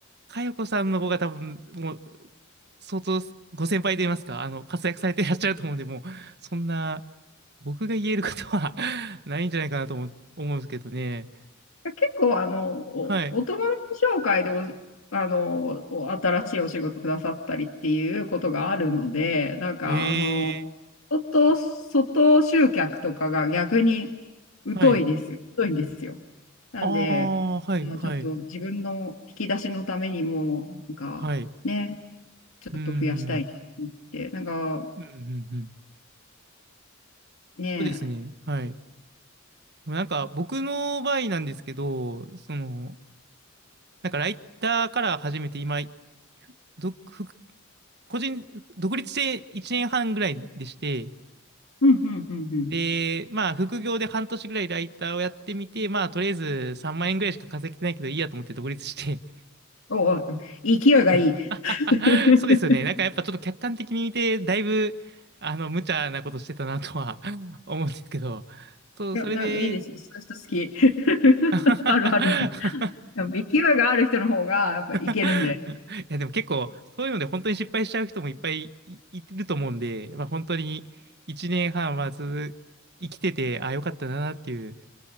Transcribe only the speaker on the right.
かよこさんの方が多分、もう、相当、ご先輩と言いますか、あの、活躍されていらっしゃると思うんで、もう、そんな、僕が言えることは <laughs> ないんじゃないかなと思、思うんですけどね。
はい。
えー
はい。
あーはい、
はい、
はい。う
ーん。
うんうんうん。
そうですね。はい。でもなんか僕の場合なんですけど、その、なんかライターから始めて今、独副個人、独立して1年半ぐらいでして、
で、まあ副業で半年ぐらいライターをやってみて、まあとりあえず3万円ぐらいしか稼げてないけどいいやと思って独立して。
<laughs>
そうですよね。なんかやっぱちょっと客観的に見て、だいぶ、あの、無茶なことしてたなとは <laughs> 思うんですけど、そう、
それで、
<laughs>
いやでも結構そういうので本当に失敗しちゃう人もいっぱいい、いると思うんで、まあ、本当に1年半はんはず生きててああよかったなっていう